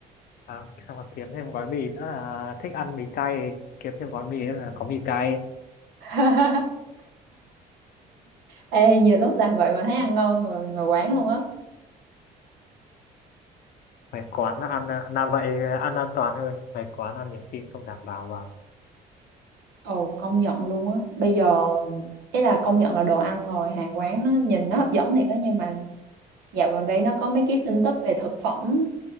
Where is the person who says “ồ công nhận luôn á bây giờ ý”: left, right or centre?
Right